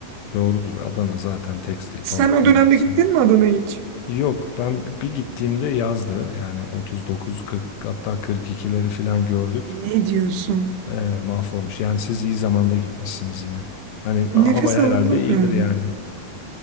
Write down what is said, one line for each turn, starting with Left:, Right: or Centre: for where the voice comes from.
Left: Doğrudur. Adana zaten tekstil,
Right: Sen
Left: pamuk
Right: o
Left: ne
Right: dönemde
Left: ararsan.
Right: gittin
Left: var.
Right: mi Adana'ya hiç?
Left: Yok ben bir gittiğimde yazdı. Yani 39, 40 hatta 42'leri falan gördük.
Right: Ne diyorsun?
Left: Ee, mahvolmuş. Yani siz iyi zamanda gitmişsiniz yine. Hani hava
Right: Nefes
Left: herhalde
Right: alınmaz
Left: iyidir
Right: herhalde.
Left: yani.